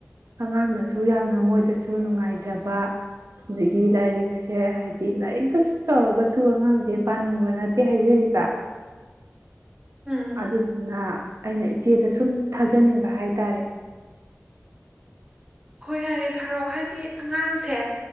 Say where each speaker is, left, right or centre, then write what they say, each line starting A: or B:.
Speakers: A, on the right; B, on the right.
A: ꯑꯉꯥꯡꯗꯁꯨ ꯌꯥꯝꯅ ꯃꯣꯏꯗꯁꯨ ꯅꯨꯡꯉꯥꯏꯖꯕ ꯑꯗꯒꯤ ꯂꯥꯏꯔꯤꯛꯁꯦ ꯍꯥꯏꯗꯤ ꯂꯥꯏꯔꯤꯛꯇꯁꯨ ꯇꯧꯔꯒꯁꯨ ꯑꯉꯥꯡꯁꯦ ꯄꯥꯅꯤꯡꯕ ꯅꯠꯇꯦ ꯍꯥꯏꯖꯔꯤꯕ
B: ꯎꯝ
A: ꯑꯗꯨꯁꯨꯅ ꯑꯩꯅ ꯏꯆꯦꯗ ꯁꯨꯝ ꯊꯥꯖꯅꯤꯡꯕ ꯍꯥꯏꯇꯥꯔꯦ
B: ꯍꯣꯏ ꯌꯥꯔꯦ ꯊꯥꯔꯛ ꯍꯥꯏꯗꯤ ꯑꯉꯥꯡꯁꯦ